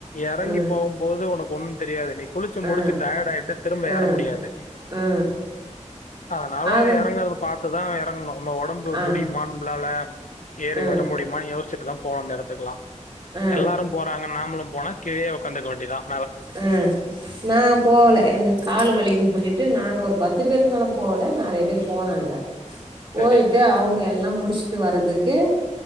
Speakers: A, on the left; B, on the right.
A: இறங்கி
B: ஆ
A: போகும்போது உனக்கு ஒண்ணும் தெரியாது நீக்கு குளிச்சு
B: ஆ
A: முடிச்சு டயர்ட் ஆயிட்டு திரும்ப
B: ஆ
A: ஏற முடியாது
B: ஆ
A: அதனால
B: அது
A: இறங்கறது ப்த்த தான் இறங்கணும் நம்ம உடம்பு
B: ஆ
A: முடியும்மாான்ளால ஏரி
B: ஆ
A: வர முடி மணி ர்ச்சட்டு தம்ப போனம் எடுத்துக்கலாம்
B: ஆ
A: எல்லாரும் போறாங்க நாமளும் போன கீழே உடாந்துக்க வேண்டிதான்
B: அஹ் நான் போகலை எனக்கு காால் விக்கும்ன்னு சொல்லிட்டு விட்டு நாங்க ஒரு பத்து பேருக்கு மேல போல நிறைய பேர் போனாங்க போயிட்டு
A: சரி.
B: அவங்க எல்லாம் முடிச்சுட்டு வர்றதுக்கு